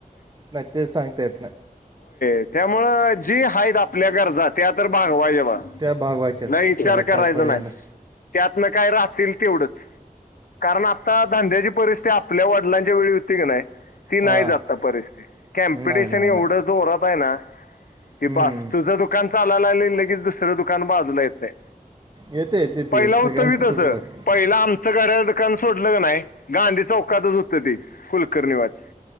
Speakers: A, on the right (about 30°); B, on the left (about 75°).
A: न सांगता येत ना
B: तत्यामुळे जी आहेत आपल्या गरजा त्या तर बागवा हेव
A: त्या भागवायच्याच
B: नाही विचार
A: त्याला
B: करायचं
A: काय पर्याय
B: नाही. त्यातन काय राहतील तेवढंच? कारण आता धंद्याची परिस्थिती, ते आपल्या वडिलांच्या वेळी होती की नाही. ती
A: हां
B: नाही आता परिस्थिती कॉम्पिटिशन
A: नाही नाही
B: एवढं
A: नाही
B: जोरात आहे ना. कि
A: हम्म.
B: बास.... तुझं दुकान चालायला आ लगेच, दुसरं दुकान बाजूला येते.
A: येते येते
B: पहिला
A: ते
B: होत
A: सगळ्यांचं
B: कि तस.
A: तसंच आहे
B: पहिला आमच गाड्या दुकान सोडलं का नाही. गांधी चौकातच होत ते कुलकर्णीवाच